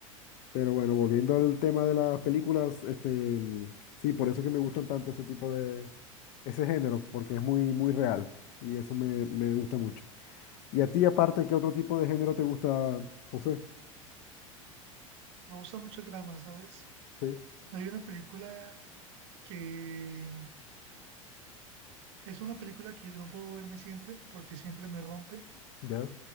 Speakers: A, on the left (about 45°); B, on the right (about 55°).
A: Pero bueno, volviendo al tema de las películas, este, sí, por eso es que me gustan tanto ese tipo de, ese género, porque es muy, muy real y eso me, me gusta mucho. Y a ti, aparte, ¿qué otro tipo de género te gusta, José?
B: Me gusta mucho el drama, ¿sabes?
A: Sí,
B: Hay una película que es una película que yo no puedo verme siempre porque siempre me rompe.
A: ya.